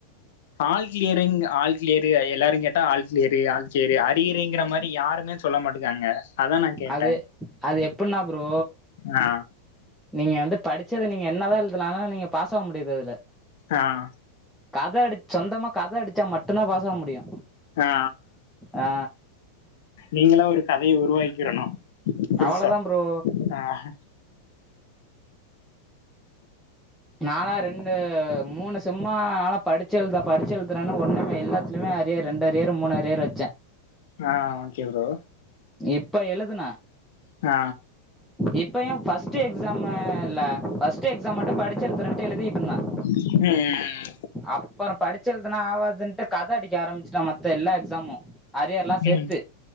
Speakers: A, on the left; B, in the centre.
A: ஆல் கிளியரிங், ஆல் கிளியரு எல்லாருங் கேட்டா ஆல் கிளியரு ஆல் கிளியரு அரியறுங்கிற மாரி யாருமே சொல்ல மாட்டுக்காங்க அதா நா கேட்டே
B: அது அது எப்பனா ப்ரோ
A: ஆ
B: நீங்க வந்து படிச்சத நீங்க என்னதா எழுதினாலு நீங்க பாஸ் ஆக முடியாது அதுல.
A: ஆ
B: கத அடிச் சொந்தமா கத அடிச்சா மட்டுந்தா பாஸ் ஆக முடியு
A: ஆ
B: ஆ
A: நீங்களா ஒரு கதைய உருவாக்கிறணு புதுசா
B: அவ்வளதா ப்ரோ
A: ஆஹ
B: நானா ரெண்டு மூணு செம்மா நானா படிச்சு எழுத படிச்சு எழுதுறேன்னு ஒன்னுமே எல்லாத்துலயுமே அ ரியர் ரெண்டு அரியர், மூணு அரியர் வச்சே
A: ஆ ஓகே ப்ரோ
B: இப்ப எழுதுன
A: ஆ
B: இப்ப ஏ ஃபர்ஸ்ட் எக்ஸாமுல்ல ஃபர்ஸ்ட் எக்ஸாம் மட்டு படிச்சு எழுத்துறேன்ட்டு எழுதிட்டு இருந்தே
A: ம் ம் ம்
B: அப்பறம் படிச்சு எழுதுனா ஆவாதுன்ட்டு, கத அடிக்க ஆரம்பிச்சுட்ட மத்த எல்லா எக்ஸாமு அரியர்லா
A: ம்
B: சேத்து,